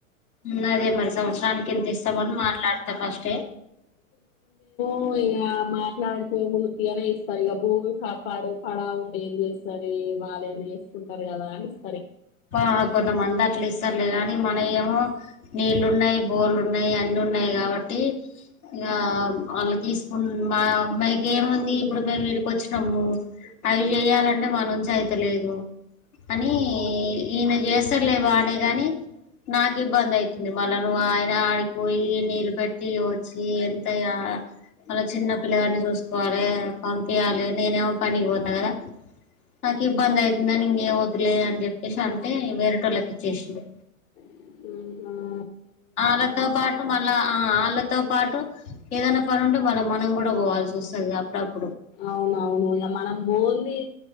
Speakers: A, on the left (about 80°); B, on the left (about 55°).
A: ఉమ్ అదే మరి సంవత్సరానికి ఎంత ఇస్తామని మాట్లాడతార్ ఫస్టే
B: కో ఇగా మాట్లాడుకో ఉత్తిగానే ఇస్తారు ఇగ భూమి కాపాడు పడాఉండేం చేస్తంది ఇ వాలి అన్న ఎసుకుంటారు కదానీ ఇస్
A: ఆ కొంతమంది అట్ల ఇస్తారులే గాని మన ఏమో నీళ్లున్నాయి బోర్లు ఉన్నాయి అన్నిీ ఉన్నాయి కాబ ట్టి ఇగా వాళ్లు తీసుకున్ మామ్మాయికేముంది ఇప్పుడు మేం కొచ్చినము అయి చేయాలంటే మనుంచి అయితలేదు అని ఇనే చేస్తర్లే బానే గాని నాకు ఇబ్బంది అయితుంది. వాళ్ళను ఆయన ఆడికిపోయి నీళ్ళుపెట్టి వచ్చి ఎంత యా మళ్ళ చిన్న పిల్లగాన్ని చూసుకోవాలి పంపియాలి నేనేమో పనికిపోత కదా నాక్ ఇబ్బంది అయితుందనీ ఇంకేం వద్దులే అని చెప్పేసి అంటే వేరేటోళ్ళకి చేశిండు
B: ఉహు
A: ఆళ్ళతో పాటు మళ్ళా ఆ ఆళ్ళతో పాటు ఏదన్న పని ఉంటే మళ్ళ మనం గూడ పోవాల్సి అస్తది అప్పుడప్
B: అవునవును ఇగ మనం బోల్ లీ